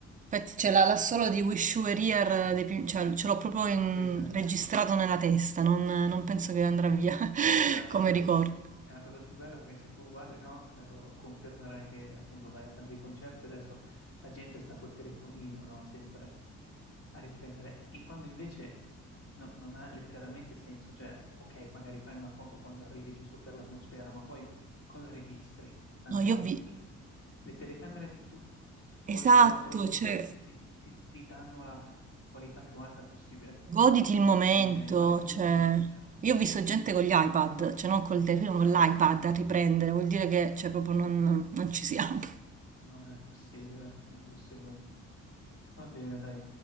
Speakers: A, on the right; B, on the left.
A: Infatti ce l'ha solo di Wish You Were Here, eh, dei Pink- cioè, ce l'ho proprio in-
B: Sì, sì.
A: registrato nella testa, non, non penso che andrà via <laughs>
B: Che è la cosa,
A: come ricordo.
B: è la cosa più bella perché se tu guardi, no, me lo confermerai che appunto vai a tanti concerti, adesso la gente sta col telefonino, no, sempre a riprendere. E quando invece no- non ha letteralmente senso, cioè, ok, magari fai una foto quando arrivi giusto per l'atmosfera, ma poi cosa registri? Tanto
A: No, io
B: hai
A: vi...
B: le le telecamere di tut- di- quel-
A: Esatto,
B: della produzione
A: cioè,
B: che ti, ti- ti danno la qualità più alta possibile.
A: goditi il momento,
B: Eh, goditi il
A: cioè...
B: momento, cioè.
A: Io ho visto gente con gli iPad, cioè non col telefono, con
B: No,
A: l'iPad a riprendere, vuol dire che cioè, proprio non non ci siamo.
B: non è possibile, non è possibile. Va bene, dai.